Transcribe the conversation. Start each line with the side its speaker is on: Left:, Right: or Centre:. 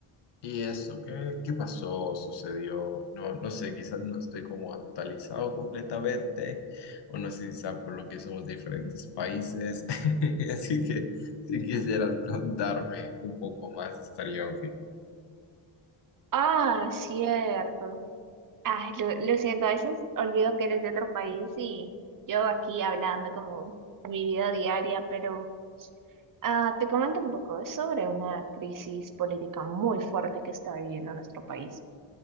Left: ¿Y eso qué, qué pasó? ¿Sucedió? No, no sé, quizás no estoy como actualizado completamente, o no sé si por lo que somos de diferentes países. <laughs> Así que si quisieras contarme un poco más, estaría bien.
Right: Ah, cierto. Ah, lo, lo siento, a veces olvido que eres de otro país y yo aquí hablando como mi vida diaria, pero ah, te comento un poco. Es sobre una crisis política muy fuerte que está viviendo nuestro país.